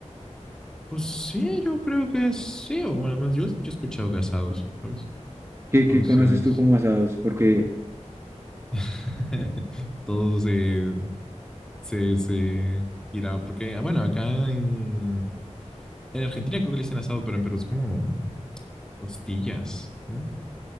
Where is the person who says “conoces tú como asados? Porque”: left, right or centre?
Right